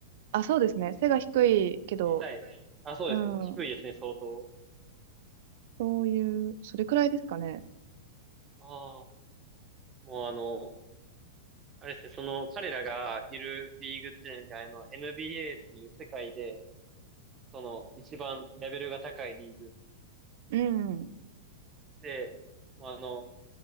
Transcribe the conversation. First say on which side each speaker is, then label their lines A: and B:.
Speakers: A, on the right (about 65°); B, on the right (about 25°).
A: あ、そうですね。背が低いけど、
B: 小さい。あ、そうですね。
A: うん、
B: 低いですね、相当。
A: そういう、それくらいですかね。
B: ああ、もうあの、あれですね、その、彼らがいるリーグっていうのが、あの、NBA っていう世界で、その、一番レベルが高いリーグ
A: うん。
B: で、もうあの、